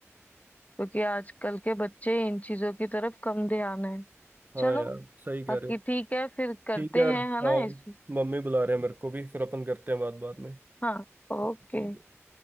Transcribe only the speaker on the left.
क्योंकि आजकल के बच्चे इन चीजों की तरफ कम ध्यान है
चलो
बाकी
ठीक है फिर करते
हैं है
ना इस
हाँ ओके